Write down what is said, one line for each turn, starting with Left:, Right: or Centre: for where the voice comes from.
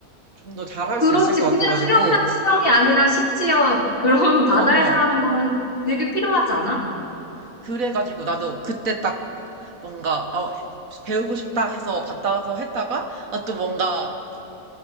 Right: 좀 더 잘할
Left: 그렇지.
Right: 수 있을 것 같아가지고
Left: 그냥 수영장 수영이 아니라 식지어 그런 <laughs> 바다에서
Right: 어어
Left: 하는 거는 되게 필요하지 않아?
Right: 그래가지고 나도 그때 딱 뭔가 어 배우고 싶다 해서 갔다 와서 했다가 아, 또 뭔가